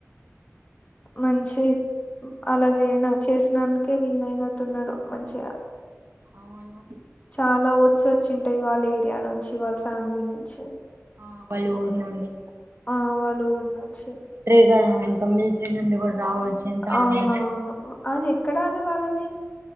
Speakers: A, on the left (about 25°); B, on the right (about 50°).
A: మంచి అలాదేన <unintelligible> అందుకే విన్ అయినట్టున్నాడు మంచిగా
B: అవును
A: చాలా ఓట్స్ వచ్చింటాయి వాళ్ళ ఏరియా నుంచి వాళ్ళ ఫ్యామిలీ నుంచి
B: ఆ బళ్ళు ఉరి నుండి
A: ఆ వాళ్ళు ఊరున్నాంచి
B: ఇ కమ్మి అండి కూడా రావచ్చు ఎంతమంది
A: అవున అవును అది ఎక్కడ అని వాళ్ళది